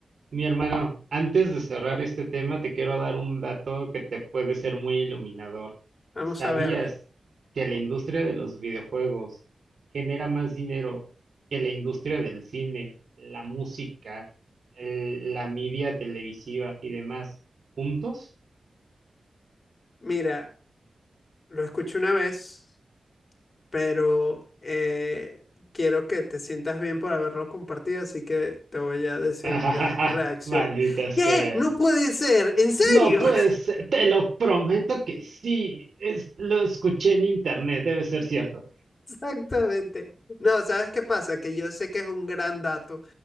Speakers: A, on the right (about 70°); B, on the left (about 45°).
A: Mi hermano, antes de cerrar este tema, te quiero dar un dato que te puede ser muy iluminador.
B: Vamos
A: ¿Sabías
B: a ver,
A: que la industria de los videojuegos genera más dinero que la industria del cine, la música, el- la media televisiva y demás juntos?
B: mira, lo escuché una vez, pero eh, quiero que te sientas bien por haberlo compartido, así que te voy a decir
A: <laughs>
B: una reacción.
A: Maldita sea.
B: ¿Qué? No puede ser, ¿en serio?
A: No puede ser, te lo prometo que sí. Es, lo escuché en internet, debe ser cierto.
B: Exactamente. No, ¿sabes qué pasa? Que yo sé que es un gran dato